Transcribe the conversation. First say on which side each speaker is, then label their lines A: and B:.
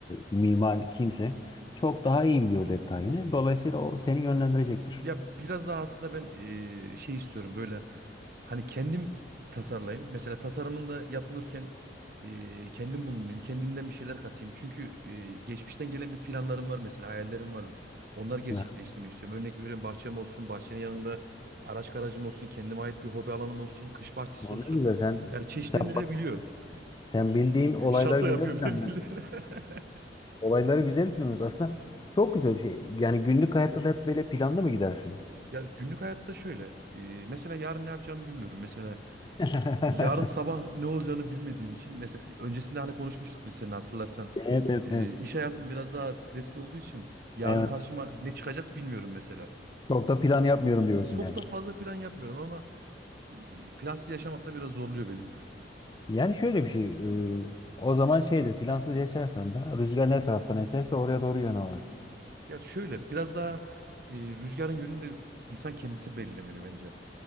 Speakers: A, on the left; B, on the right.
A: mimar kimse çok daha iyi biliyor detayını. Dolayısıyla o seni yönlendirecektir.
B: Ya biraz daha aslında ben e, şey istiyorum böyle hani kendim tasarlayayım. Mesela tasarımında yapılırken e, kendim bulunayım. Kendimden bir şeyler katayım. Çünkü e, geçmişten gelen bir planlarım var mesela hayallerim var. Onları gerçekleştirmek
A: Ha,
B: istiyorum. Örnek veriyorum bahçem olsun, bahçenin yanında araç garajım olsun, kendime ait bir hobi alanım olsun, kış bahçesi
A: Ona
B: olsun.
A: göre sen,
B: Yani çeşitlendirilebiliyor.
A: sen, sen bildiğin
B: <laughs>
A: olayları
B: Şato yapıyorum
A: güzel planlıyorsun.
B: ben bildiğin. <laughs>
A: Olayları güzel planlıyoruz. Aslında çok güzel bir şey. Yani günlük hayatta da hep böyle planlı mı gidersin?
B: Ya günlük hayatta şöyle. e, mesela yarın ne yapacağımı bilmiyorum. Mesela
A: <laughs>
B: yarın sabah ne olacağını bilmediğim için mesela öncesinde hani konuşmuştuk biz seninle hatırlarsan
A: Evet evet
B: Ee,
A: evet.
B: iş hayatım biraz daha stresli olduğu için yarın
A: Evet.
B: karşıma ne çıkacak bilmiyorum mesela.
A: Çok da plan yapmıyorum diyorsun
B: Çok
A: yani.
B: da fazla plan yapmıyorum ama e, plansız yaşamak da biraz zorluyor beni.
A: Yani şöyle bir şey. e, O zaman şeydir plansız yaşarsan da rüzgar ne taraftan eserse oraya doğru yön alırsın.
B: Ya şöyle biraz daha e, rüzgarın yönünü de insan kendisi belirlemeli bence.